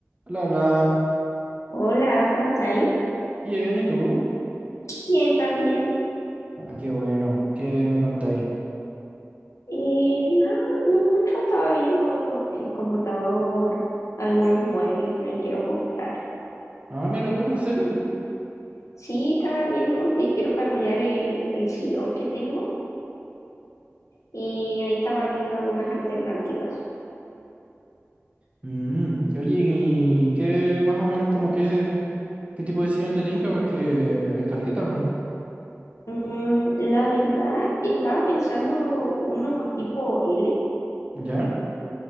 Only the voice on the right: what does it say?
La, la,
bien, ¿y tú?
Ah, qué bueno, ¿qué me contáis?
Ah, mira tú, ¿en serio?
Mm, oye, ¿y qué más o menos como que, qué tipo de sillón te tinca? Porque hay caleta, pues.
¿Ya?